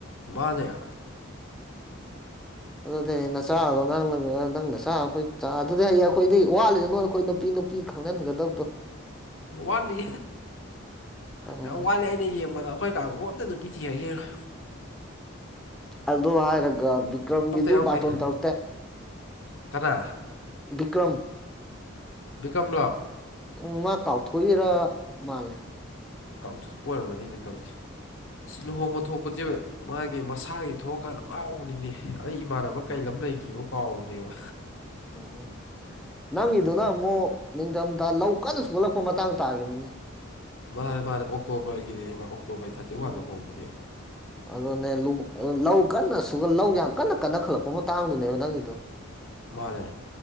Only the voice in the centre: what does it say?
ꯎ ꯑꯗꯨꯗꯤ ꯅꯆꯥꯗꯣ ꯅꯪ ꯅꯪꯅ ꯆꯥ ꯑꯩꯈꯣꯏ ꯑꯗꯨꯗꯤ ꯍꯌꯦꯡ ꯑꯩꯈꯣꯏꯗꯤ ꯋꯥꯠꯂꯤꯗ ꯅꯣꯏ ꯑꯩꯈꯣꯏ ꯅꯨꯄꯤ ꯅꯨꯄꯤ ꯄꯤꯤ ꯈꯪꯍꯟꯒꯗꯕꯗꯣ
ꯑꯗꯨꯅꯦ
ꯑꯗꯨ ꯍꯥꯏꯔꯒ ꯕꯤꯀ꯭ꯔꯝꯒꯤꯁꯨ
ꯕꯥꯇꯣꯟ ꯊꯣꯛꯧꯇꯦ
ꯕꯤꯀ꯭ꯔꯝ
ꯎ ꯃꯥ ꯇꯥꯎꯊꯣꯛꯏꯔꯥ ꯃꯥꯜ
ꯎꯝ
ꯎꯝ
ꯎꯝ ꯎꯝ ꯅꯪꯒꯤꯗꯨꯅ ꯑꯃꯨꯛ ꯅꯤꯡꯊꯝꯊꯥ ꯂꯧ ꯀꯟꯅ ꯁꯣꯛꯒꯠꯂꯛꯄ ꯃꯇꯥꯡ ꯇꯥꯈꯤꯕ ꯃꯤꯅꯦ
ꯎꯝ
ꯑꯗꯨꯅꯦ ꯂꯨ ꯂꯧ ꯀꯟꯅ ꯁꯨ ꯂꯧ ꯌꯥꯝ ꯀꯟꯅ ꯀꯟꯅ ꯈꯠꯂꯛꯄ ꯃꯇꯥꯡꯗꯨꯅꯦꯕ ꯅꯪꯒꯤꯗꯣ